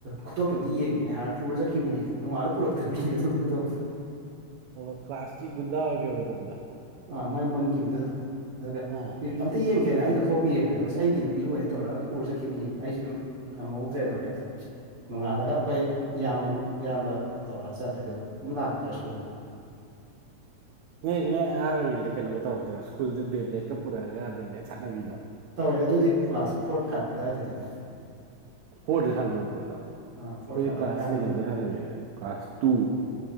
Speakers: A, on the right (about 50°); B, on the right (about 75°).
A: ꯈꯨꯗꯣꯞꯇꯣꯝꯇ ꯌꯦꯡꯒꯦꯅꯦ ꯍꯥꯏꯔ ꯄꯨꯔ ꯆꯠꯈꯤꯕꯅꯦ ꯅꯣꯡꯉꯥꯜꯂ ꯄꯨꯔꯛꯇꯕꯤꯅꯦ ꯑꯗꯨꯒ ꯈꯨꯗꯣꯞꯇ
B: ꯑꯣ ꯀ ꯀ꯭ꯂ꯭ꯂꯥꯁꯇꯛ ꯨꯗ ꯑꯣꯏꯒꯦ ꯄꯨꯗꯥꯥ
A: ꯑꯥ ꯃꯣꯏ ꯃꯨꯟꯈꯤꯕꯗꯗꯣ ꯑꯗꯨꯒ
B: ꯑꯥ
A: ꯑꯝꯇ ꯌꯦꯡꯒꯦꯅ ꯑꯩꯅ ꯂꯧꯊꯣꯛꯄꯤꯔꯦꯅ ꯑꯗꯣ ꯑꯁ ꯑꯩꯒꯤꯅꯤ ꯄꯤꯔꯛꯑꯣꯦꯅ ꯇꯧꯔꯒ ꯑꯗꯨꯝ ꯄꯨꯔꯖꯈꯤꯕꯅꯦꯕ ꯑꯩꯁꯨ ꯑꯗꯨꯝ
B: ꯎꯝ
A: ꯉꯝ ꯍꯧꯗ꯭ꯔꯦ ꯑꯗꯨꯗꯪꯛꯇ ꯅꯣꯡꯉꯥꯜꯂꯒ ꯑꯩꯈꯣꯏ ꯏꯌꯥꯝꯕ ꯏꯌꯥꯝꯕ ꯇꯧꯔꯒ ꯆꯠꯂꯦ ꯑꯗꯨ ꯑꯗꯨꯝ ꯂꯥꯛꯇ꯭ꯔꯦ ꯁ꯭ꯀꯨꯜꯗꯣ
B: ꯅ ꯅ ꯑꯉꯥꯡ ꯑꯣꯏꯔꯤꯉꯩ ꯀꯩꯅꯣ ꯇꯧꯒꯛꯇꯧꯣ ꯁ꯭ꯀꯨꯜꯗ ꯕꯦꯕ꯭ꯂꯦꯠ ꯄꯨꯔꯛꯒ ꯕꯦꯕ꯭ꯂꯦꯠꯥꯟꯅꯗꯣ
A: ꯇꯧꯔꯦ ꯑꯗꯨꯗꯤ ꯀ꯭ꯂꯥꯁ ꯐꯣꯔ ꯐꯥꯏꯚ ꯑꯗꯨꯗꯥꯋꯥꯏꯗꯅꯤꯅꯦ
B: ꯐꯣꯔꯗ ꯁꯥꯟꯅꯔꯛꯄ ꯑꯣꯖꯥ ꯑꯩꯈꯣꯏꯗꯤ
A: ꯑꯥ ꯐꯣꯔ ꯐꯥꯏꯚ
B: ꯀ꯭ꯂꯥꯁ
A: ꯑꯗꯥꯏ ꯉꯝ
B: ꯀꯩꯅꯣꯗ
A: ꯉꯝ
B: ꯁꯥꯟꯅꯔꯑꯦꯗ class two